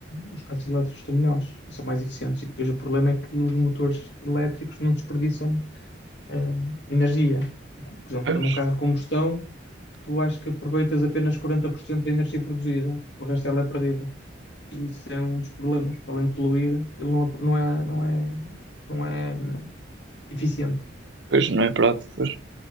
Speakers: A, on the left; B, on the right.
A: Os carros elétricos estão melhores e são mais eficientes. E depois o problema é que os motores elétricos não desperdiçam eh, energia. Por exemplo,
B: Pois.
A: tu num carro a combustão, tu acho que aproveitas apenas 40% da energia produzida, o resto ela é perdida. E isso é um dos problemas. Para além de poluir, ele não, não é, não é, não é eficiente.
B: Pois, não é prático. Pois.